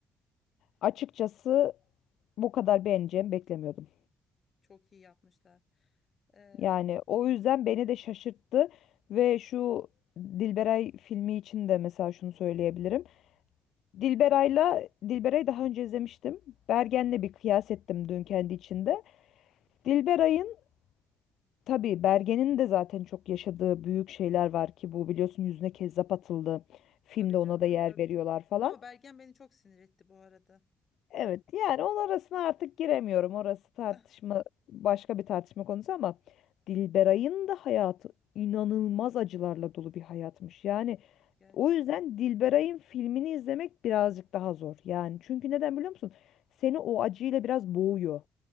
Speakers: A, on the left (about 75°); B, on the left (about 45°).
A: Açıkçası bu kadar beğeneceğimi beklemiyordum.
B: çok iyi yapmışlar. Ee,
A: Yani o yüzden beni de şaşırttı ve şu Dilberay filmi için de mesela şunu söyleyebilirim. Dilberay'la Dilberay'ı daha önce izlemiştim. Bergen'le bir kıyas ettim dün kendi içinde. Dilberay'ın tabii Bergen'in de zaten çok yaşadığı büyük şeyler var ki bu biliyorsun yüzüne kezzap atıldı. Filmde
B: tabii canım,
A: ona da yer
B: tabii
A: veriyorlar
B: tabii.
A: falan.
B: Ama Bergen beni çok sinir etti bu arada.
A: Evet yani onun arasına artık giremiyorum. Orası tartışma
B: Ah,
A: başka bir tartışma konusu ama Dilberay'ın da hayatı inanılmaz acılarla dolu bir hayatmış. Yani
B: gerçekten.
A: o yüzden Dilberay'ın filmini izlemek birazcık daha zor. Yani çünkü neden biliyor musun? Seni o acıyla biraz boğuyor.